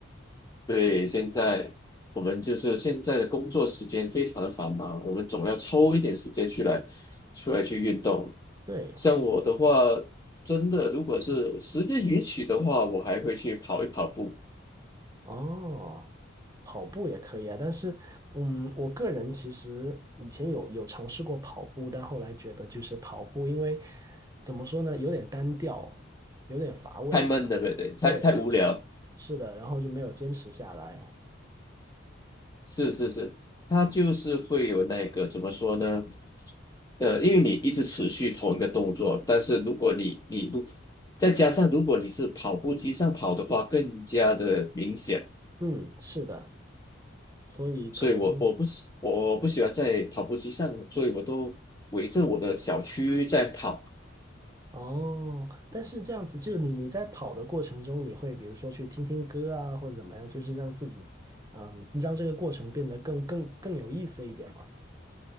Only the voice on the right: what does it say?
对，
哦，跑步也可以啊，但是嗯，我个人其实以前有有尝试过跑步，但后来觉得就是跑步，因为怎么说呢，有点单调，有点乏味。
对，是的，然后就没有坚持下来。
嗯，是的。所以可能
哦，但是这样子，就你你在跑的过程中，你会比如说去听听歌啊，或者怎么样，就是让自己，嗯，让这个过程变得更更更有意思一点嘛。